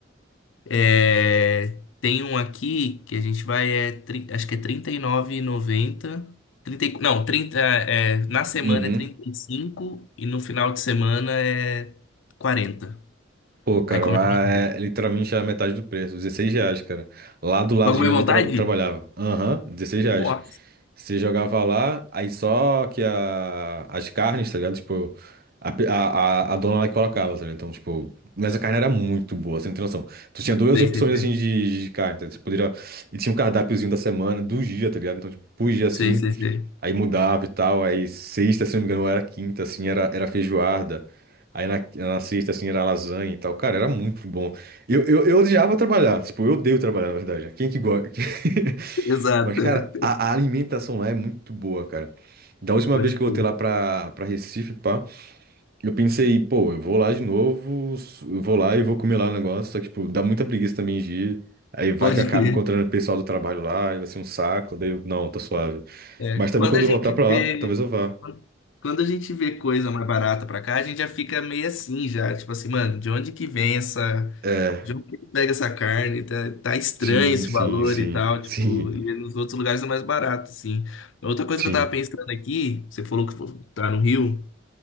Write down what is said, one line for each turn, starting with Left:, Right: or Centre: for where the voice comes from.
Left: É, tem um aqui que a gente vai, é, tri- acho que é R$39,90. 30, e- nove e noventa trinta e- não, trinta é, na semana
Right: Uhum.
Left: é trinta e cinco e no final de semana é quarenta
Right: Pô, cara,
Left: Aí come
Right: lá
Left: à vontade.
Right: é literalmente a metade do preço, 16 reais, cara. Lá do ladinho
Left: Vai comer à
Right: onde
Left: vontade?
Right: eu, tra- eu trabalhava. Aham, dezesseis reais.
Left: Nossa.
Right: Você jogava lá, aí só que a, as carnes, tá ligado? Tipo, a, pe- a, a a dona lá que colocava, tá ligado? Então, tipo, mas a carne era muito boa, você não tem noção. Tu tinha duas
Left: Sei,
Right: opções,
Left: sei, sei.
Right: assim, de, de carne, tá ligado? Você poderia... E tinha um cardápiozinho da semana, do dia, tá ligado? Então, tipo, por dia, assim,
Left: Sei, sei, sei.
Right: aí mudava e tal. Aí sexta, se não me engano, ou era quinta, assim, era, era feijoada. Aí na, na sexta, assim, era lasanha e tal. Cara, era muito bom. Eu, eu, eu odiava trabalhar, tipo, eu odeio trabalhar, na verdade. Quem que gosta? <laughs>
Left: Exato.
Right: Mas, cara, a, a alimentação lá é muito boa, cara. Da última
Left: Pode
Right: vez que
Left: crer.
Right: eu voltei lá pra, pra Recife, pá, eu pensei, pô, eu vou lá de novo, s- eu vou lá e vou comer lá o negócio. Só que, tipo, dá muita preguiça também de ir. Aí vai
Left: Pode
Right: que eu acabo
Left: crer.
Right: encontrando o pessoal do trabalho lá, e vai ser um saco. Daí eu, não, tá suave.
Left: É,
Right: Mas
Left: quando
Right: também quando
Left: a
Right: eu
Left: gente
Right: voltar pra lá,
Left: vê.
Right: talvez eu vá.
Left: Quando a gente vê coisa mais barata pra cá, a gente já fica meio assim já, tipo assim, mano, de onde que vem essa,
Right: É,
Left: de onde que pega essa carne? Tá, tá estranho
Right: sim,
Left: esse
Right: sim,
Left: valor
Right: sim,
Left: e tal,
Right: <laughs> sim,
Left: tipo, e nos outros lugares é mais barato, assim. Outra coisa
Right: sim.
Left: que eu tava pensando aqui, você falou que tá no Rio